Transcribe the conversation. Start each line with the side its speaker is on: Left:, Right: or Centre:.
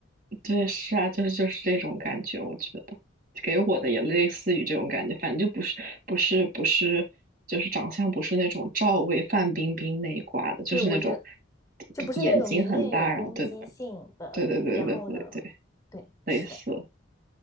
Right: <laughs> 对，是啊，就是就是这种感觉，我觉得给我的也类似于这种感觉，反正就不是不是不是，就是长相不是那种赵薇、范冰冰那一挂的，就是那种
Left: 对，我觉得就不是那种明艳有攻击性的。
Right: 眼睛很大，然后对的，对对对对对对，
Left: 然后呢，对，
Right: 类似。
Left: 是的。